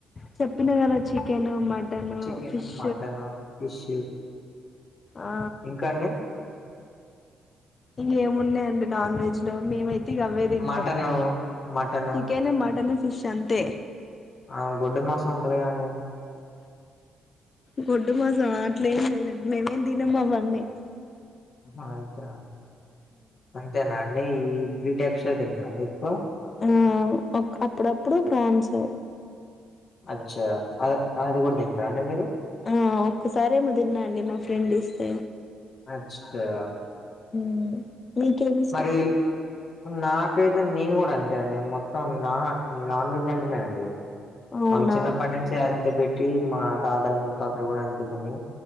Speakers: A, on the left; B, on the left.
A: చెప్పిన కదా chicken mutton
B: chicken
A: fish
B: mutton fish
A: ఆ
B: ఇంకా అండి
A: ఇంక ఏమున్నాయండి నాన్ వెజ్ లో మేమైతే ఇగ అవే తింటాం
B: mutton mutton
A: chicken mutton fish అంతే
B: ఆ గొడ్డు మాసం ఉంటది కండి
A: గొడ్డు మాసం అట్లే ఏం లేదండి మేమేం తినము అవన్నీ
B: అతా అంతే నండి ఈ త్రీ టైప్స్ తింటారండి ఎక్కువ
A: ఆ అప్పుడప్పుడు ఫ్రాన్స్
B: అచ్చా అ అది కూడా తింటరా అండి మీరు
A: ఆ ఒక్కసారేమో తిన్నా అండి మా ఫ్రెండ్ ఇస్తే
B: అచ్చా
A: హ మీకేమీ
B: మరి నాకైతే నేను కూడా అంతే అండి మొత్తం నా నాన్ వెజ్ అంటేనే అండి
A: అవునా
B: మాకు చిన్నప్పటి నుంచి అంతే పెట్టి మా తాతలు ముత్తాతలు కూడా అంతే తిని